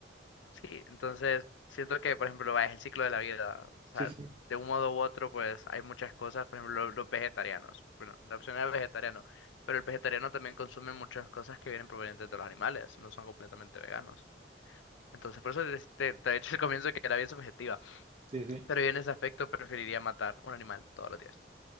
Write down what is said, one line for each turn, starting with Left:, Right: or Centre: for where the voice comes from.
Left: Sí, entonces siento que, por ejemplo, va, es el ciclo de la vida. O sea,
Right: Sí, sí,
Left: de un modo u otro, pues hay muchas cosas, por ejemplo, lo- los vegetarianos. Bueno, la opción era vegetariano, pero el vegetariano también consume muchas cosas que vienen provenientes de los animales, no son completamente veganos. Entonces, por eso des- te, te he dicho al comienzo que era bien subjetiva,
Right: sí, sí.
Left: pero yo en ese aspecto preferiría matar un animal todos los días.